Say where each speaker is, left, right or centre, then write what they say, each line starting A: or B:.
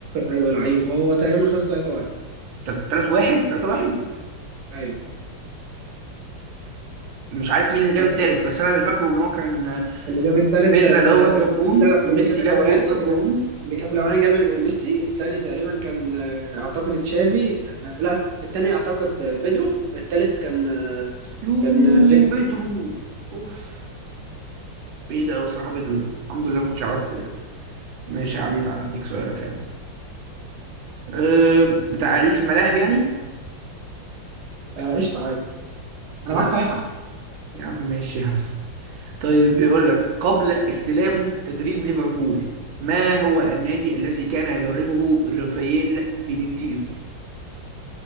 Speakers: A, on the right; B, on the right.
A: ايوه لعيب هو تقريبا خلص 3 1
B: 3 1 3 1
A: ايوه
B: مش عارف مين اللي جاب
A: هو
B: التالت
A: تقريبا
B: بس انا اللي فاكره ان هو كان
A: اللي جاب التالت
B: فيلا
A: تا- تا-
B: دوت جاب جون
A: لا لا
B: وميسي
A: اللي جاب الاولاني
B: جاب فوق جاب
A: اللي
B: جون
A: جاب اللي جاب الاولاني جاب ميسي التاني تقريبا كان آه، اعتقد تشافي آه، لا التاني اعتقد آه، بيدرو التالت كان آه،
B: يو
A: كان آه، في
B: بيدرو اوف بعيد قوي الصراحه بيدرو ده الحمد لله ما كنتش اعرفه كده كده ماشي يا عم
A: مم.
B: تعالى اديك سؤالك يعني أه بتاع ليك في الملاعب يعني
A: آه، قشطة عادي انا
B: لا
A: معاك في
B: مش
A: اي حاجة
B: يا عم ماشي <laughs> يا عم طيب بيقول لك قبل استلامه تدريب ليفربول ما هو النادي الذي كان يدربه رافائيل بينيتيز